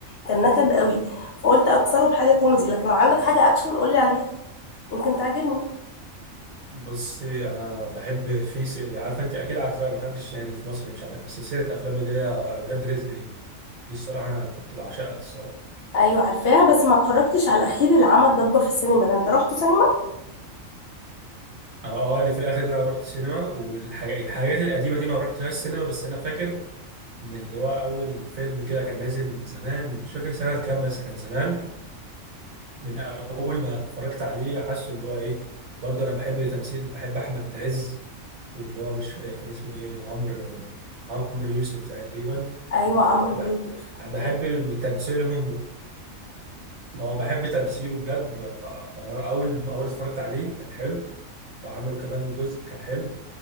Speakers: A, on the left; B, on the right.
A: كان نكد قوي فقلت اكسره بحاجه كوميدي لكن لو عندك حاجه اكشن قولي عليها يمكن تعجبني
B: بصي انا بحب في س... عارفه انت اكيد عارفاها محدش يعني في مصر مش عارفها سلسله افلام اللي هي ولاد رزق دي دي الصراحه انا كنت بعشقها الصراحه
A: ايوه عارفاها بس ما اتفرجتش على الاخير اللي عمل ضجه في السينما ده انت رحتوا سينما
B: اه اللي في الاخر ده انا رحت سينما والحاجات القديمه دي ما رحتهاش سينما بس انا فاكر من اللي هو اول فيلم كده كان نازل من زمان مش فاكر سنه كام بس كان زمان من اول ما اتفرجت عليه حاسه اللي هو ايه برضه انا بحب تمثيل بحب احمد عز واللي هو مش كان اسمه ايه عمرو عمرو يوسف تقريبا
A: ايوه عمرو
B: بح-
A: يوسف
B: بحب
A: ايوه
B: تمثيلهم اه بحب تمثيله بجد فاول اول ما اتفرجت عليه كان حلو وعملوا كمان جزء كان حلو